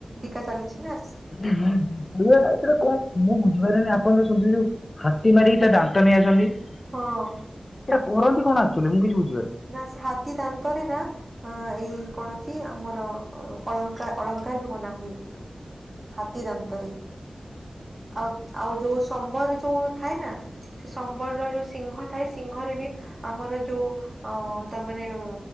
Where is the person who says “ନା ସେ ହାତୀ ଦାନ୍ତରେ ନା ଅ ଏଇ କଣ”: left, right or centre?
Right